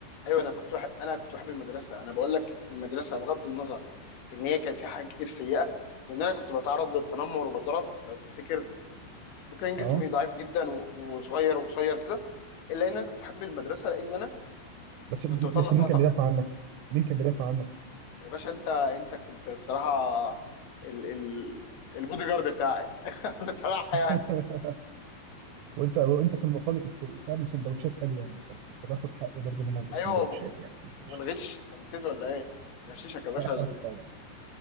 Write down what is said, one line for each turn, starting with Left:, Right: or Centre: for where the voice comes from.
Left: ايوه انا كنت بح... انا كنت بحب المدرسه انا بقول لك المدرسه بغض النظر ان هي كان فيها حاجات كتير سيئه وان انا كنت بتعرض للتنمر وبتضرب لو تفتكر وكان جسمي
Right: اه
Left: ضعيف جدا و- وصغير وقصير كده الا ان انا كنت بحب المدرسه لان انا
Right: بس بس
Left: كنت بطلع فيها
Right: مين كان
Left: طاقتي
Right: بيدافع عنك؟ مين كان بيدافع عنك؟
Left: يا باشا انت انت كنت بصراحه ال ال البودي جارد بتاعي <laughs> بصراحه يعني
Right: <laughs> وانت وانت في المقابل كنت بتعمل سندوتشات حلوه يعني بصراحه كنت باخد حقي برضو منك بالسندوتشات
Left: ايوه
Right: يعني بس إيش.
Left: والغش أنت نسيت ولا ايه غششك يا باشا ال-
Right: <laughs> طبعا